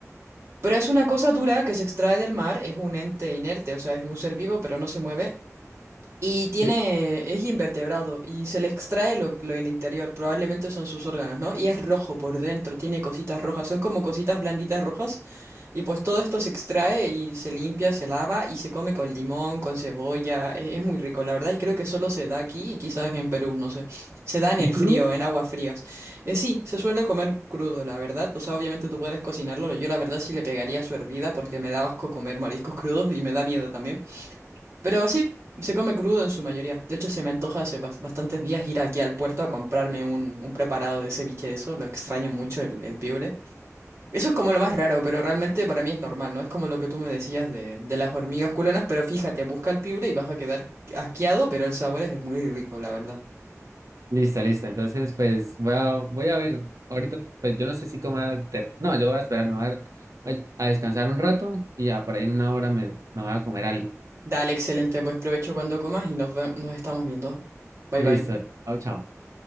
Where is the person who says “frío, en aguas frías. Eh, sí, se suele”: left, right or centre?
Right